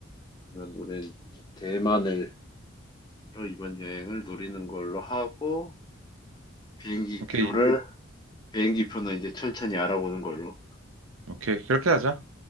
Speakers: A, on the left (about 20°); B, on the right (about 85°).
A: 그러면 우리 대만을 이번 여행을 노리는 걸로 하고 비행기
B: 오케이,
A: 표를 비행기 표는 이제 천천히 알아보는 걸로.
B: 오케이. 그렇게 하자.